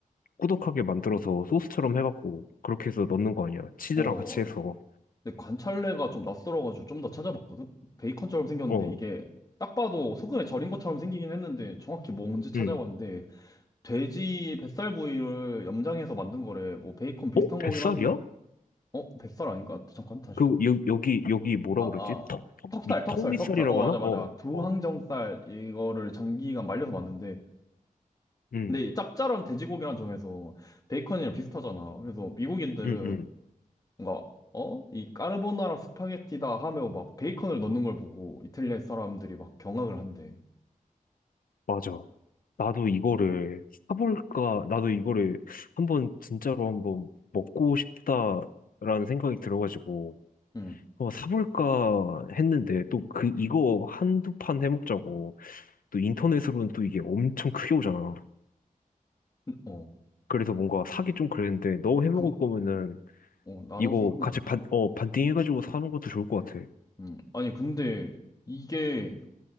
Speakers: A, on the left; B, on the left.
A: 꾸덕하게 만들어서 소스처럼 해갖고 그렇게 해서 넣는 거 아니야? 치즈랑
B: 어,
A: 같이 해서
B: 근데 관찰래가 좀 낯설어가지고 좀 더 찾아봤거든? 베이컨처럼 생겼는데
A: 어,
B: 이게 딱 봐도 소금에 절인 것처럼 생기긴 했는데 정확히 뭔지 찾아봤는데
A: 응.
B: 돼지 뱃살 부위를 염장해서 만든 거래. 뭐 베이컨 비슷한
A: 어? 뱃살이야?
B: 거긴 한데 어? 뱃살 아닌가? 잠깐 다시
A: 그
B: 볼게.
A: 여, 여기 여기 뭐라
B: 아, 아.
A: 그러지? 턱, 턱,
B: 턱살,
A: 밑,
B: 턱살,
A: 턱 밑살이라고
B: 턱살. 어,
A: 하나?
B: 맞아,
A: 어,
B: 맞아. 두항정살
A: 어,
B: 이거를 장기간 말려서 만든데
A: 응,
B: 근데 이 짭짤한 돼지고기란 점에서 베이컨이랑 비슷하잖아. 그래서 미국인들은
A: 응, 응,
B: 뭔가 어? 이 까르보나라 스파게티다 하며 막 베이컨을 넣는 걸 보고 이탈리아 사람들이 막 경악을 한대.
A: 맞아. 나도 이거를 사볼까? 나도 이거를 한번 진짜로 한번 먹고 싶다라는 생각이 들어가지고.
B: 응.
A: 어, 사볼까 했는데 또 그 이거 한두 판 해먹자고 또 인터넷으로는 또 이게 엄청 크게 오잖아.
B: 어.
A: 그래서 뭔가 사기 좀 그랬는데 너 해먹을
B: 그거
A: 거면은
B: 어, 나눠서
A: 이거
B: 사면
A: 같이
B: 되겠다.
A: 반, 어, 반띵 해가지고 사는 것도 좋을 것 같아.
B: 음. 아니 근데 이게